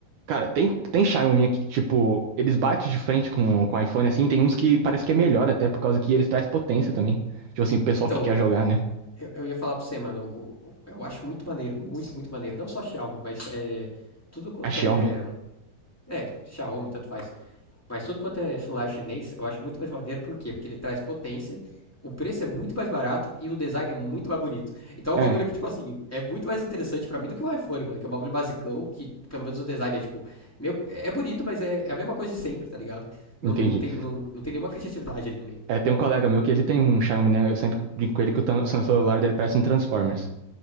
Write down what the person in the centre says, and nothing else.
Então,
eu, eu ia falar pra você, mano, o- eu acho muito maneiro, muito, muito maneiro. Não só Xiaomi, mas é, tudo quanto
é. É, Xiaomi, tanto faz. Mas tudo quanto é celular chinês, eu acho muito mais maneiro, por quê? Porque ele traz potência, o preço é muito mais barato e o design é muito mais bonito. Então é um
bagulho que, tipo assim, é muito mais interessante pra mim do que o iPhone, mano, que é um bagulho basicão, que pelo menos o design é, tipo, meio, é bonito, mas é, é a mesma coisa de sempre, tá ligado? Não,
não, tem, não, não tem nenhuma criatividade ali no meio.